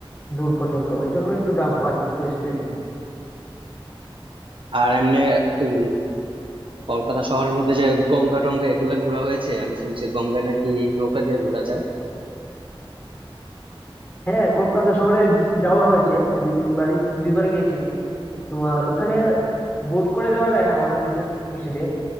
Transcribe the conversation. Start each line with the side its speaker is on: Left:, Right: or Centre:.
Left: দূর পর্যন্ত এই জন্য একটু দাম হয় টুরিস্ট প্লেসে
Right: আর এমনি এই কলকাতা শহরের মধ্যে যে গঙ্গা টঙ্গা এগুলা ঘোরা হয়েছে আমি শুনছি গঙ্গায় নাকি নৌকা দিয়ে ঘোরা যায়
Left: হ্যাঁ কলকাতা শহরে যাওয়া হয়েছে দুই তিনবারই দুইবার গেছি তোমার ওখানে বোট করে যাওয়া যায় হাওড়া ব্রিজের নিচে দিয়ে